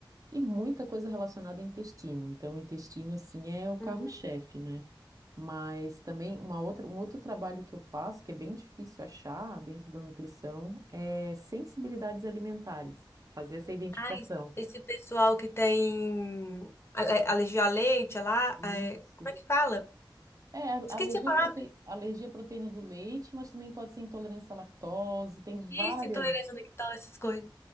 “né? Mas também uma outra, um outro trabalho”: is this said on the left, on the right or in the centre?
Right